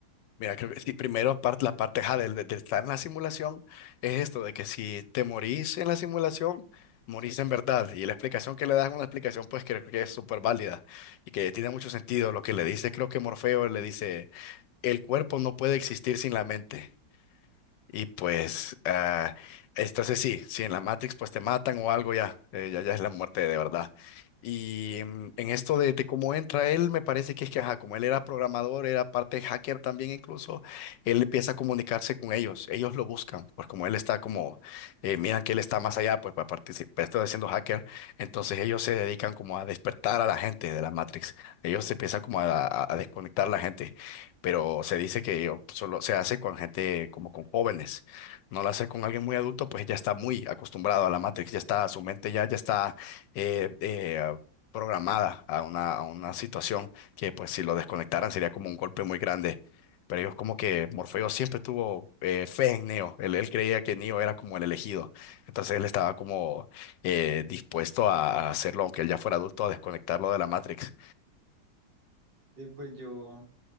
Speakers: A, on the left (about 75°); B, on the right (about 70°).
A: Mira, creo que <laughs> sí, primero apar- la parte ja, del- del- de, estar en la simulación es esto, de que si te morís en la simulación, morís en verdad. Y la explicación que le das es una explicación pues creo que es súper válida y que tiene mucho sentido. Lo que le dice, creo que Morfeo le dice, el cuerpo no puede existir sin la mente. Y pues, ah, entonces sí, sí, en la Matrix pues te matan o algo ya, eh, ya, ya es la muerte de verdad. Y mm, en esto de, de cómo entra él, me parece que es que, ajá, como él era programador, era parte hacker también incluso, él empieza a comunicarse con ellos, ellos lo buscan, pues como él está como, eh, miran que él está más allá, pues para participar, está siendo hacker, entonces ellos se dedican como a despertar a la gente de la Matrix, ellos se empiezan como a, a a desconectar a la gente pero se dice que o, solo se hace con gente como con jóvenes, no la hace con alguien muy adulto, pues ya está muy acostumbrado a la Matrix, ya está, su mente ya, ya está eh, eh, programada a una, a una situación que pues si lo desconectaran sería como un golpe muy grande. Pero ellos como que Morfeo siempre tuvo eh, fe en Neo, él, él creía que Neo era como el elegido, entonces él estaba como eh, dispuesto a a hacerlo, aunque él ya fuera adulto, a desconectarlo de la Matrix.
B: Eh, pues yo,